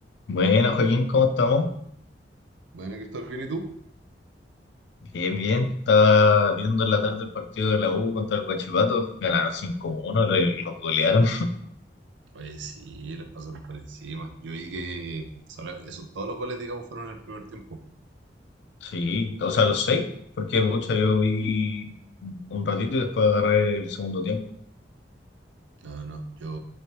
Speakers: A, on the left (about 70°); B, on the right (about 80°).
A: Bueno, Joaquín, ¿cómo estamos?
B: Bueno, Cristóbal, ¿bien y tú?
A: Bien, bien. Estaba viendo en la tarde el partido de la U contra el Guachipato. Ganaron cinco uno le- los golearon.
B: Oye, sí, les pasaron por encima. Yo vi que solo- eso, todos los goles, digamos, fueron en el primer tiempo.
A: Sí, o sea, los seis, porque pucha, yo vi un ratito y después agarré el segundo tiempo.
B: No, no, yo,